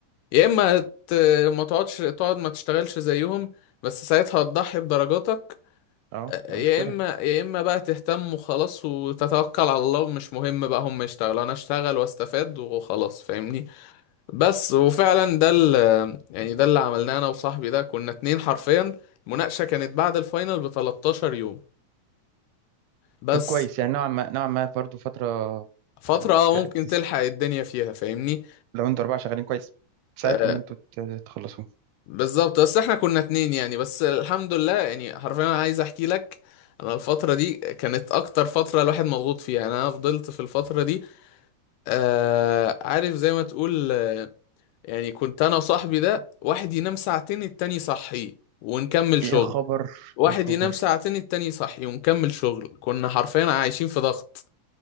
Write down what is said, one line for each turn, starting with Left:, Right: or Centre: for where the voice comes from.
Left: يا اما ت- ما تقعدش تقعد ما تشتغلش زيهم بس ساعتها هتضحي بدرجاتك
Right: اه
Left: يا
Right: مشكله
Left: اما يا اما بقى تهتم وخلاص وتتوكل على الله ومش مهم بقى هم يشتغلوا انا اشتغل واستفاد وخلاص فاهمني بس وفعلا ده ال- يعني ده اللي عملناه انا وصاحبي ده كنا اتنين حرفيا المناقشة كانت بعد الفاينل ب 13 يوم بس
Right: طب كويس يعني نوعا ما نوعا ما برضه فتره
Left: فترة
Right: آه،
Left: اه
Right: ت-
Left: ممكن
Right: تس-
Left: تلحق الدنيا فيها فاهمني
Right: لو انتوا اربعه شغالين كويس تساعدكم
Left: آه
Right: ان انتوا ت- تخلصوه
Left: بالظبط بس احنا كنا اتنين يعني بس الحمد لله يعني حرفيا انا عايز احكي لك انا الفترة دي كانت اكتر فترة الواحد مضغوط فيها يعني انا فضلت في الفترة دي آه عارف زي ما تقول آه، يعني كنت انا وصاحبي ده واحد ينام ساعتين التاني يصحيه ونكمل
Right: يا
Left: شغل
Right: خبر
Left: واحد
Right: يا خبر
Left: ينام ساعتين التاني يصحي ونكمل شغل كنا حرفيا عايشين في ضغط